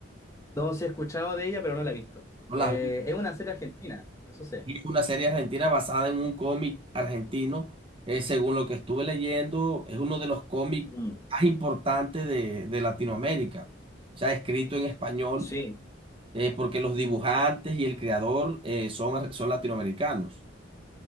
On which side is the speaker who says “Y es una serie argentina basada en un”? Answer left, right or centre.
Right